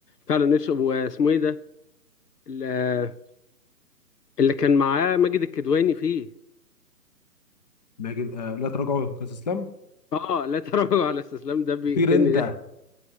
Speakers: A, on the left; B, on the left.
A: فعلا نتش- واسمه ايه ده اللي اللي كان معاه ماجد الكدواني فيه
B: ماجد آه لا تراجعوا يا كاس اسلام
A: اه لا تراجع على استسلام ده بيقتلني
B: طير انت
A: ضحك